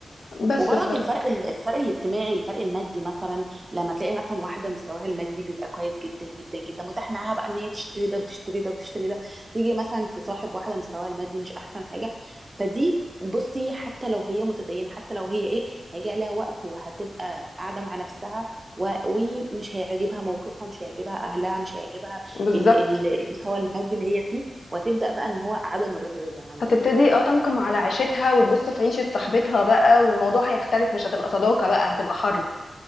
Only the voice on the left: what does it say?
بس
ف
بالظبط
هتبتدي اه تنقم على عيشتها وتبص في عيشة صاحبتها بقى والموضوع هيختلف مش هتبقى صداقة بقى هتبقى حرب